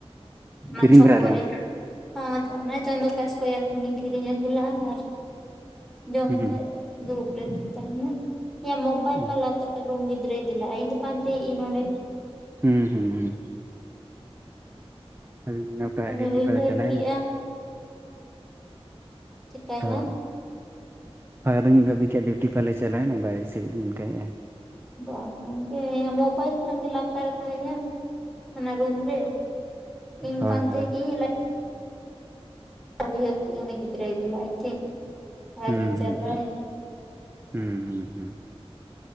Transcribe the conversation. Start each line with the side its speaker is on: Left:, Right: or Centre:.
Centre: ᱚᱱᱟ
Right: ᱠᱤᱨᱤᱧ
Centre: ᱪᱷᱚᱠ
Right: ᱫᱟᱨᱟ
Centre: ᱠᱚᱨᱮ᱾
Right: ᱞᱮᱫᱟᱢ
Centre: ᱦᱚᱸᱜᱼᱚᱭ ᱛᱚ ᱚᱱᱟ ᱪᱟᱸᱫᱚᱠᱟ ᱥᱠᱚᱭᱮᱨ ᱠᱷᱚᱱᱤᱧ ᱠᱤᱨᱤᱧ ᱟᱹᱜᱩ ᱞᱮᱜᱼᱟ ᱟᱨ ᱡᱚᱢ
Right: ᱦᱩᱸ
Centre: ᱠᱮᱫ ᱫᱩᱲᱩ ᱞᱮᱱᱟᱹᱧ ᱛᱟᱦᱮᱱᱟᱹᱧ, ᱢᱳᱵᱟᱭᱤᱞ
Right: ᱦᱩᱸ
Centre: <unintelligible> ᱨᱩᱢ ᱜᱤᱫᱽᱨᱟᱹᱭ ᱤᱫᱤ ᱞᱮᱜᱼᱟ ᱤᱧ ᱫᱚ ᱯᱟᱱᱛᱮᱭᱮᱜ ᱟᱹᱧ ᱱᱚᱸᱰᱮ᱾
Right: ᱦᱩᱸ ᱦᱩᱸ ᱦᱩᱸ ᱚ ᱱᱚᱝᱠᱟ
Centre: ᱟᱫᱚᱧ
Right: ᱰᱤᱭᱩᱴᱤ
Centre: ᱩᱭᱦᱟᱹᱨ
Right: ᱯᱟᱞᱮ ᱪᱟᱞᱟᱣᱮᱱᱟ᱾
Centre: ᱠᱮᱜᱼᱟ ᱪᱮᱠᱟᱭᱮᱱᱟ
Right: ᱦᱳᱭ ᱦᱳᱭ ᱟᱫᱚᱧ ᱵᱷᱟᱹᱵᱤ ᱠᱮᱫᱼᱟ ᱰᱤᱭᱩᱴᱤ ᱯᱟᱞᱮ ᱪᱟᱞᱟᱣᱮᱱᱟᱭ, ᱵᱟᱭ ᱨᱤᱥᱤᱵᱷᱮᱫ ᱫᱚ ᱟᱫᱚᱧ ᱚᱱᱠᱟᱭᱮᱫᱼᱟ᱾
Centre: ᱵᱟᱝ ᱜᱮ ᱢᱳᱵᱟᱭᱤᱞ ᱯᱷᱚᱱ ᱜᱮ ᱞᱟᱛᱟᱨ ᱨᱮ ᱛᱟᱦᱮᱸᱜᱼᱟ ᱾ ᱚᱱᱟ ᱨᱩᱢ ᱨᱮ, ᱤᱧ
Right: ᱦᱳᱭ
Centre: ᱯᱟᱱᱛᱮᱭᱮᱜ
Right: ᱦᱳᱭ
Centre: ᱤᱧ ᱛᱚ ᱩᱭᱦᱟᱹᱨ ᱠᱮᱜᱼᱟᱹᱧ ᱩᱱᱩ ᱜᱤᱫᱽᱨᱟᱹᱭ ᱤᱫᱤ ᱞᱮᱜᱼᱟ ᱛᱤᱧ᱾ ᱟᱨᱤᱧ
Right: ᱦᱩᱸ
Centre: ᱪᱟᱞᱟᱣᱮᱱᱟ
Right: ᱦᱩᱸ ᱦᱩᱸ, ᱦᱩᱸ ᱦᱩᱸ ᱦᱩᱸ᱾